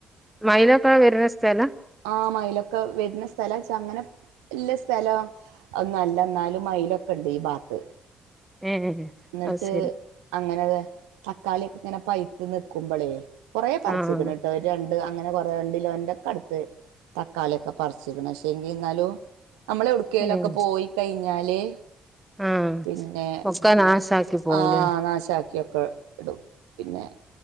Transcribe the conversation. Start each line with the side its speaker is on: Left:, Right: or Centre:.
Centre: മയിലൊക്ക വര്ണ സ്ഥലാ?
Right: ആഹ് മയിലൊക്ക വര്ണ സ്ഥലാച്ച അങ്ങനെ ള്ള സ്ഥലാ അതോന്നല്ലാ ന്നാലും മയിലൊക്കണ്ട് ഈ ഭാഗത്ത്.
Centre: ഏഹ്
Right: ന്ന്ട്ട്
Centre: അത് ശരി
Right: അങ്ങനെല്ലേ. തക്കാളിയൊക്കെ ഇങ്ങനെ പഴുത്തു നിക്കുമ്പളേ കൊറെ പറിച്ച്ക്ക്ണ്
Centre: ആഹ്
Right: ട്ടൊ രണ്ട് അങ്ങനെ കുറേ രണ്ട് കിലോയിൻ്റെയൊക്കടുത്ത് തക്കാളിയൊക്കെ പരിച്ക്ക്ണ് പക്ഷെ ഇനി ന്നാലും നമ്മള് എവിടുക്കെലൊക്കെ
Centre: ഏഹ്
Right: പോയി കൈഞ്ഞാല്
Centre: ആഹ്
Right: പിന്നെ
Centre: ഒക്കെ നാശാക്കി പോവുലേ
Right: ആഹ് നാശാക്കിയൊക്കെ ഇടും പിന്നെ